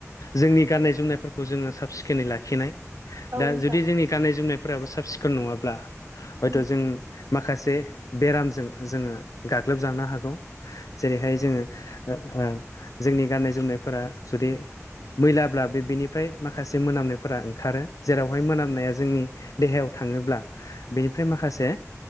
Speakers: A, on the left; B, on the right.
A: जोंनि गाननाय जोमनायफोरखौ जोङो साब सिखोनै लाखिनाय
B: औ
A: दा
B: नोंथां
A: जुदि जोंनि गाननाय जोमनायफोराबो साब सिखोन नङाब्ला हयथ'
B: औ
A: जों माखासे बेरामजों जोङो गाग्लोबजानो हागौ जेरैहाय जोङो जोंनि गाननाय जोमनायफोरा जुदि मैलाब्ला बे बेनिफ्राय माखासे मोनामनायफोरा ओंखारो जेरावहाय मोनामनाया जोंनि देहायाव थाङोब्ला बेनिफ्राय माखासे